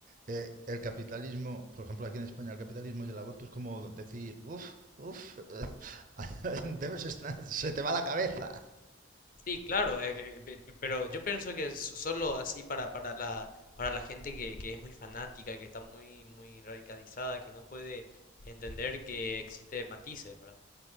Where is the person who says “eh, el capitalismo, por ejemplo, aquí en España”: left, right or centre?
Right